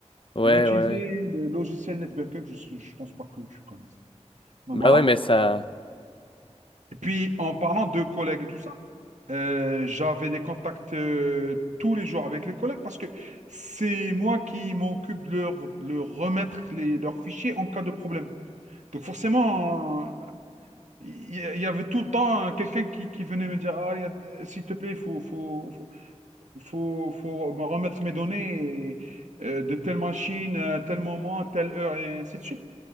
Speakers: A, on the left (about 45°); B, on the right (about 85°).
A: Ouais,
B: On a utilisé
A: ouais.
B: le logiciel NetBackup, je ne pense pas que tu connaisses. Donc
A: Bah
B: voilà.
A: ouais, mais ça,
B: Et puis, en parlant de collègues et tout ça, euh, j'avais des contacts euh, tous les jours avec les collègues parce que c'est moi qui m'occupe de leur, leur remettre les, leurs fichiers en cas de problème. Donc forcément, euh, il y, y avait tout le temps euh, quelqu'un qui, qui venait me dire, ah, s'il te plaît, il faut, faut, Il faut, faut me remettre mes données euh, de telle machine, à tel moment, telle heure, et ainsi de suite.